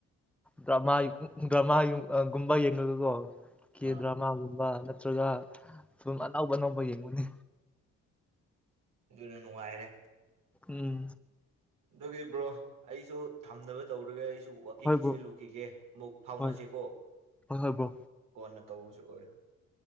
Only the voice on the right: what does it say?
ꯑꯥ
ꯑꯗꯨꯅ ꯅꯨꯡꯉꯥꯏꯔꯦ
ꯑꯗꯨꯒꯤ ꯕ꯭ꯔꯣ ꯑꯩꯁꯨ ꯊꯝꯅꯕ ꯇꯧꯔꯒ ꯑꯩ ꯑꯩꯖꯨ ꯋꯥꯛꯀꯤꯡ
ꯆꯦꯜꯂꯨꯈꯤꯒꯦ ꯃꯨꯛ ꯐꯥꯎꯅꯁꯦꯀꯣ
ꯀꯣꯟꯅ ꯇꯧꯕꯁꯨ ꯑꯣꯢ